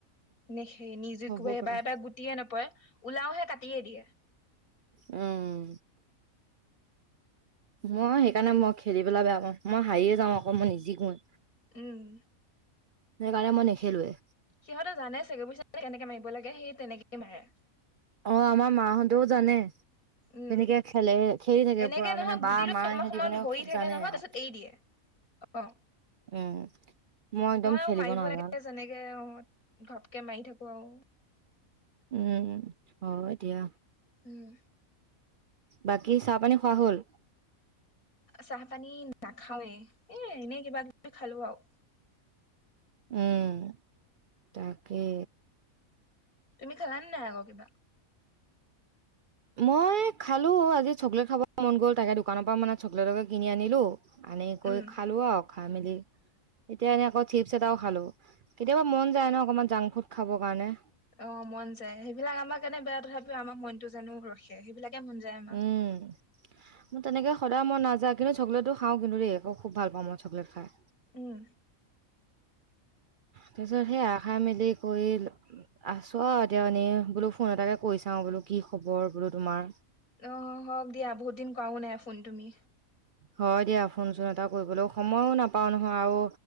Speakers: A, on the left; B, on the right.
A: নে সেই নিজু
B: হ'ব
A: কোবাৰ
B: পাৰে।
A: এবাৰ গুটিয়ে নপৰে, ওলাওহে কাটিয়ে দিয়ে।
B: উম। মই সেইকাৰণে মই খেলি পেলাই বেয়া পাওঁ। মই হাৰিয়ে যাওঁ আকৌ মই নিজিকোৱে।
A: উম।
B: সেইকাৰণে মই নেখেলোএ।
A: সিহঁতে জানে চাগে <unintelligible> কেনেকে মাৰিব লাগে, সি তেনেকেই মাৰে।
B: অ আমাৰ মাহঁতেও জানে।
A: উম
B: তেনেকে খেলে, খেলি থাকে
A: এনেকে
B: পুৰা
A: নহয়
B: মানে
A: গুটিটো
B: বা, মা
A: অকমান
B: সিহঁতি
A: সময়
B: মানে
A: ধৰি
B: খুব
A: থাকে
B: জানে
A: নহয়
B: আৰু।
A: তাৰপিছত এৰি দিয়ে অ।
B: উম, মই একদম
A: আৰু
B: খেলিব
A: মাৰিব
B: নাজানো।
A: লাগে যেনেকে অত ঘাপকে মাৰি থাকো আৰু
B: উম হয় দিয়া।
A: উম।
B: বাকী চাহ পানী খোৱা হ'ল?
A: চাহ পানী নাখাওৱে এ এনে কিবা -কিবি খালো আওঁ।
B: উম, তাকে।
A: তুমি খালানে নাই আকৌ কিবা?
B: মই খালো, আজি চকলেট খাব মন গ'ল তাকে দোকানৰ পৰা মানে চকলেটকে কিনি আনিলো। আনে কৰি
A: উম
B: খালো আউ, খাই মেলি। এতিয়া এনেই আকৌ চিপছ এটাও খালো। কেতিয়াবা মন যায় ন অকনমান জাংক ফুড খাবৰ কাৰণে।
A: অ, মন যায় সেইবিলাক আমাৰ কাৰণে বেয়া তথাপিও আমাৰ মনটো জানো ৰখে, সেইবিলাকে মন যায় আমাৰ।
B: উম মোৰ তেনেকে সদায় মই নাযা কিন্তু চকলেটো খাওঁ কিন্তু দেই মই খুব ভাল পাওঁ মই চকলেট খাই।
A: উম,
B: তাৰছত সেইয়া আহা মেলি কৰি আছো আও এতিয়া মানে বোলো ফোন এটাকে কৰিছাওঁ বোলো কি খবৰ বোলো তোমাৰ?
A: অ, হওক দিয়া বহুত দিন কৰাও নাই ফোন তুমি।
B: হয় দিয়া ফোনচোন এটা কৰিবলৈও সময়ো নাপাওঁ নহয় আৰু।